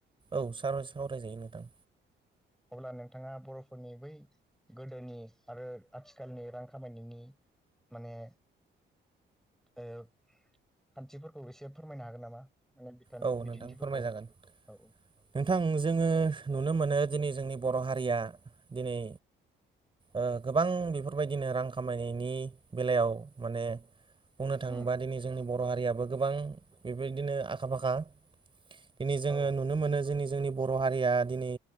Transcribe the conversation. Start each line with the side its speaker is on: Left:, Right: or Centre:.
Right: औ सा सावराय जायो नोंथां।
Centre: अब्ला नोंथाङा बर'फोरनि बै गोदोनि आरो आथिखालनि रां खामायनायनि माने ओ खान्थिफोरखौ एसे फोरमायनो हागोन नामा? माने बिथान
Right: औ
Centre: बिदिन्थिफोरखौ
Right: नोंथां फोरमायजागोन
Centre: औ
Right: नोंथां जोङो नुनो मोनो दिनै जोंनि बर' हारिया दिनै ओ गोबां बिफोरबायदिनो रां खामायनायनि बेलायाव माने बुंनो थाङोबा
Centre: उम
Right: दिनै जोंनि बर' हारियाबो गोबां बिबायदिनो आखा फाखा दिनै जोङो
Centre: औ
Right: नुनो मोनो जोंनि जोंनि बर' हारिया दिनै